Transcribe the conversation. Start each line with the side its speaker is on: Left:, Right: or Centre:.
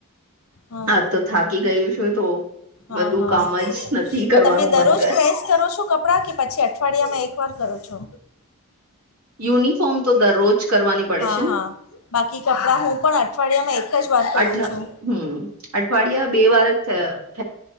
Left: હા
Right: આજ તો થાકી ગયું છું તો
Left: હા
Right: બધું
Left: હા
Right: કામજ નથી કરવાનું
Left: તમે
Right: મન કર
Left: <inaudible> છો કપડા કે પછી અઠવાડિયામાં એક વાર કરો છો
Right: યુનિફોર્મ તો દરરોજ કરવાની પડે
Left: હા
Right: છે
Left: હા
Right: ને
Left: બાકી કપડા હું પણ અઠવાડિયામાં એક જ વાર કરું
Right: અઠ
Left: છું
Right: હમ અઠવાડિયા બે વાર થ